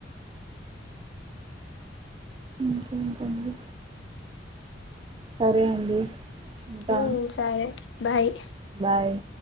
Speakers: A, on the right; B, on the left.
A: ఇంకేంటండి సరే అండి ఉంటా
B: ఉహ్ సరే బాయ్
A: బాయ్